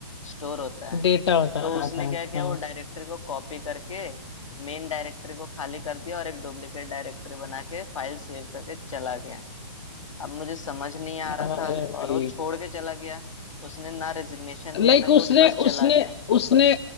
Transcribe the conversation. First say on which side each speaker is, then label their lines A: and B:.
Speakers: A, on the left (about 80°); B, on the left (about 60°).
A: स्टोर होता है
B: डेटा होता
A: तो
B: हाँ
A: उसने
B: हाँ
A: क्या किया वो डायरेक्टर को कॉपी करके मेन डायरेक्टर को खाली कर दिया और एक डुप्लीकेट डायरेक्टर बना के फाइल सेव करके चला गया अब मुझे समझ नहीं आ रहा
B: हाँ
A: था
B: अरे भाई
A: और वो छोड़ के चला गया उसने ना रेजिग्नेशन दिया
B: लाइक
A: ना कुछ
B: उसने
A: बस चला
B: उसने
A: गया
B: उसने